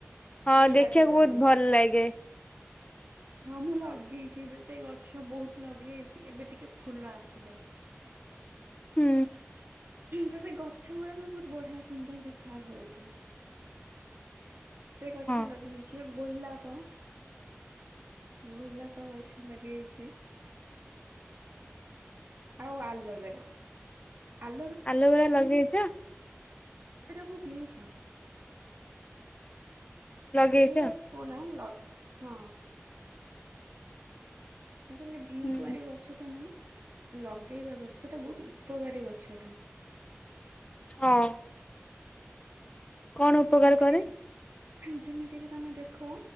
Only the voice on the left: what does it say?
ହଁ
ଦେଖିବାକୁ
ବହୁତ ଭଲ ଲାଗେ।
ହୁଁ।
ହଁ
ତ ଗୁରା ଲଗେଇଚ।
ଲଗେଇଛ
ହୁଁ
ହଁ। କଣ ଉପକାର
କରେ?